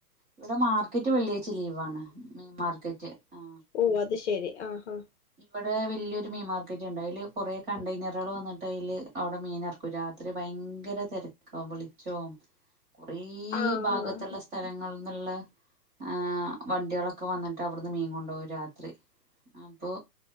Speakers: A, on the right; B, on the left.
A: ഇവിടെ മാർക്കറ്റ് വെള്ളിയാച്ച ലീവാണ് മീൻമാർക്കറ്റ് ആ
B: ഓ അത് ശെരി ആഹ്
A: ഇവിടെ വലിയൊരു മീൻ മാർക്കറ്റ് ഉണ്ട്, അയില് കുറെ കണ്ടെയ്നറുകൾ വന്നിട്ട് അയില് അവിടെ മീൻ എറക്കി. ക്കും രാത്രി ഭയങ്കര തിര കവിളിച്ചോ കൊറെ
B: ആഹ്
A: ഭാഗത്തുള്ള സ്ഥലങ്ങൾ ഉള്ളു. ആഹ് വണ്ടികളൊക്കെ വന്നിട്ട് അവിടുന്ന് മീൻ കൊണ്ടു പോകും രാത്രി അപ്പൊ.